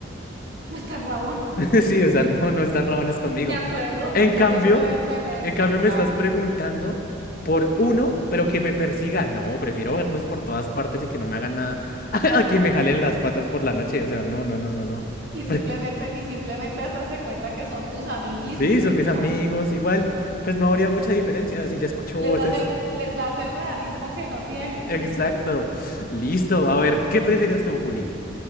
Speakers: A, on the right; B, on the left.
A: <laughs> no está rabón.
B: <laughs> Sí, o sea, no, no están rabones conmigo.
A: De acuerdo,
B: En
A: entonces
B: cambio,
A: puedes tener,
B: en cambio
A: exacto.
B: me estás preguntando por uno, pero que me persiga. No, prefiero verlos por todas partes y que no me hagan nada <laughs> a, que me jalen las patas por la noche. O sea, no, no, no, no, no.
A: Y simplemente,
B: Pre-
A: y simplemente haces de cuenta que son tus amiguis
B: Sí, son mis
A: y
B: amigos.
A: ya.
B: Igual, pues no habría mucha diferencia si ya escucho voces.
A: Les das el, les das el realismo que no tienen.
B: <laughs> Exacto. Listo. A ver, ¿qué prefieres tú, Juli?